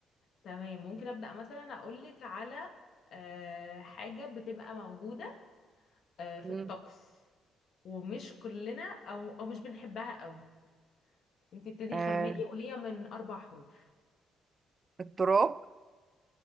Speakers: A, on the left; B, on the right.
A: تمام ممكن ابدا مثلا اقول لك على آه حاجه بتبقى موجوده آه في
B: مم.
A: الطقس ومش كلنا او او مش بنحبها قوي انت ابتدي
B: آه
A: خمني وهي من اربع حروف
B: التراب